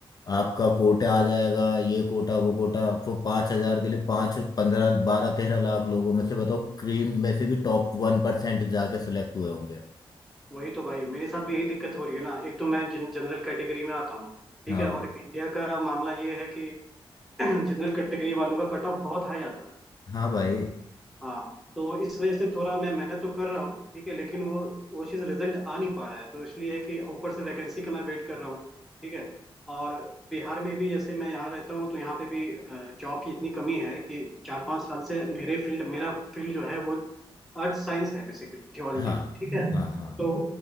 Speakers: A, on the left; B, in the centre.
A: आपका कोटा आ जाएगा ये कोटा वो कोटा वो पाँच हजार के लिए पाँच पंद्रह बारह तेरह लाख लोगों में से बताओ क्रीम में से भी टॉप वन परसेंट जाके सेलेक्ट हुए होंगे
B: वही तो भाई मेरे साथ भी यही दिक्कत हो रही है ना एक तो मैं जन, जनरल कैटेगरी में आता हूँ ठीक
A: हाँ
B: है और इंडिया का मामला ये है कि <clears throat> जनरल कैटेगरी वालों का कट ऑफ बहुत हाई आता है
A: हाँ भाई
B: हाँ तो इस वजह से थोड़ा मैं मेहनत तो कर रहा हूँ ठीक है लेकिन वो वो चीज़ रिजल्ट आ नहीं पा रहा है तो इसलिए है कि ऊपर से वैकेंसी का मैं वेट कर रहा हूँ ठीक है और बिहार में भी जैसे मैं यहाँ रहता हूँ तो यहाँ पे भी जॉब की इतनी कमी है कि चार पांच साल से मेरे फील्ड मेरा फील्ड जो है वो अर्थ साइंस है बेसिकली जियोलॉजी
A: हाँ
B: ठीक है
A: हाँ हाँ
B: तो